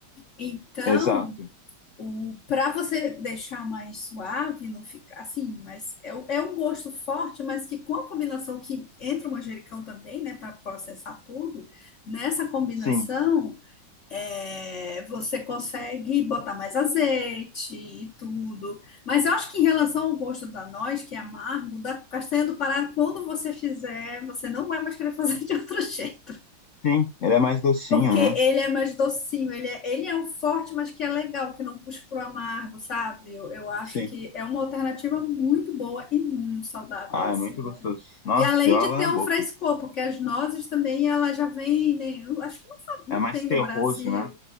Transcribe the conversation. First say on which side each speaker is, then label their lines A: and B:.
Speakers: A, on the left; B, on the left.
A: Então
B: Exato.
A: o, para você deixar mais suave, não ficar assim, mas é, o- é um gosto forte, mas que com a combinação que entra o manjericão também, né, para processar tudo, nessa combinação
B: Sim,
A: é, você consegue botar mais azeite e tudo. Mas eu acho que em relação ao gosto da noz, que é amargo, da castanha do Pará, quando você fizer, você não vai mais querer fazer <laughs> de outro jeito.
B: sim. Ele é mais docinho,
A: Porque
B: né?
A: ele é mais docinho, ele é, ele é um forte, mas que é legal, que não puxa pro amargo, sabe? Eu, eu acho
B: Sim.
A: que é uma alternativa muito boa e muito saudável,
B: Ah,
A: assim,
B: é muito gostoso.
A: né?
B: Nossa,
A: E além
B: deu água
A: de ter
B: na
A: um
B: boca.
A: frescor, porque as nozes também, elas já vendem, eu acho que não, fa- não
B: É mais
A: tem
B: terroso,
A: no Brasil.
B: né?